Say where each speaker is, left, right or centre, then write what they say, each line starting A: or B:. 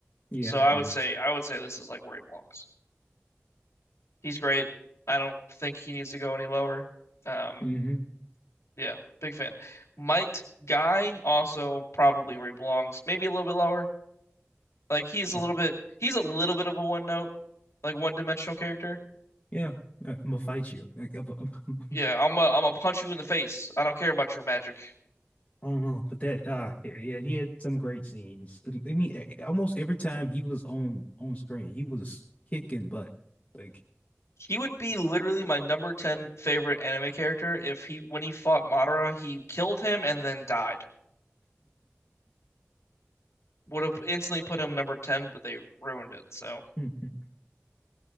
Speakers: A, on the left; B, on the left.
A: Yeah,
B: So I
A: yeah.
B: would say I would say this is like where he belongs. He's great. I don't think he needs to go any lower. Um,
A: Mm-hmm.
B: Yeah, big fan. Might Guy also probably where he belongs. Maybe a little bit lower. Like he's
A: Well,
B: a little bit he's a little bit of a one note, like one dimensional character.
A: yeah. I'm gonna fight you. <laughs> Like, I'm- I'm-
B: Yeah, I'm a, am a punch you in the face. I don't care about your magic.
A: I don't know, but that uh, yeah, yeah, he had some great scenes. I mean, eh, almost every time he was on on screen, he was kicking butt. Like,
B: He would be literally my number 10 favorite anime character if he when he fought Madara, he killed him and then died. Would have instantly put him number 10, but they ruined it. So,
A: hmm.